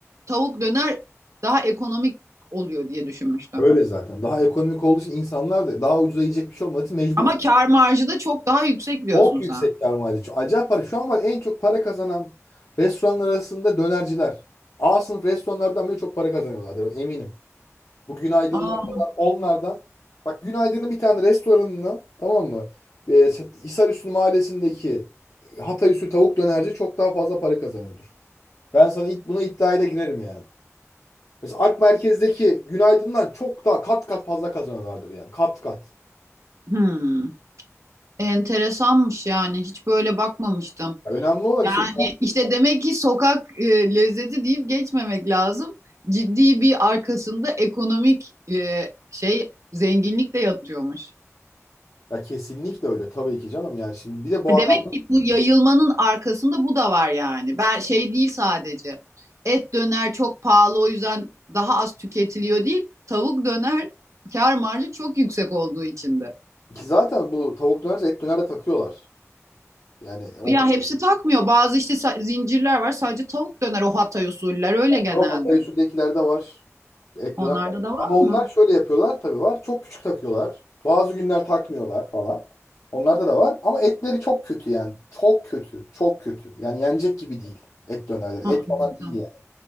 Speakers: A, on the right (about 75°); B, on the left (about 75°).
A: tavuk döner daha ekonomik oluyor diye düşünmüştüm.
B: öyle zaten. Daha ekonomik olduğu için insanlar da daha ucuza yiyecek bir şey olmadığı için mecbur.
A: Ama kar marjı da çok daha yüksek diyorsun
B: Çok yüksek
A: sen.
B: kâr marjı. Çok- Acayip para. Şu an var en çok para kazanan restoranlar arasında dönerciler. A sınıf restoranlardan bile çok para kazanıyorlardır eminim. Bu günaydınlar
A: Aa,
B: falan onlardan. Bak günaydının bir tane restoranından tamam mı? Ee, Hisarüstü mahallesindeki e, Hatay tavuk dönerci çok daha fazla para kazanıyordur. Ben sana ilk buna iddiaya da girerim yani. Mesela Ak Merkez'deki günaydınlar çok daha kat kat fazla kazanıyorlardır yani. Kat kat.
A: hmm. Enteresanmış yani. Hiç böyle bakmamıştım.
B: Ya önemli olan
A: Yani
B: işte
A: işte demek ki sokak e, lezzeti deyip geçmemek lazım. Ciddi bir arkasında ekonomik e, şey zenginlik de yatıyormuş.
B: ya kesinlikle öyle tabii ki canım yani şimdi bir de bu
A: E,
B: adam
A: Demek ki bu yayılmanın arkasında bu da var yani. Ben şey değil sadece. Et döner çok pahalı o yüzden daha az tüketiliyor değil. Tavuk döner kar marjı çok yüksek olduğu için de.
B: ki zaten bu tavuk dönerci et döner takıyorlar. Yani onlar
A: Ya hepsi takmıyor. Bazı işte sa- zincirler var sadece tavuk döner o Hatay usuller öyle genelde.
B: O Hatay usuldekilerde var. Et
A: Onlarda
B: döner. de var.
A: da var
B: Ama
A: mı?
B: onlar şöyle yapıyorlar tabii var. Çok küçük takıyorlar. Bazı günler takmıyorlar falan. Onlarda da var. Ama etleri çok kötü yani. Çok kötü. Çok kötü. Yani yenecek gibi değil. Et dönerleri.
A: Hı
B: Et
A: hı.
B: falan değil yani.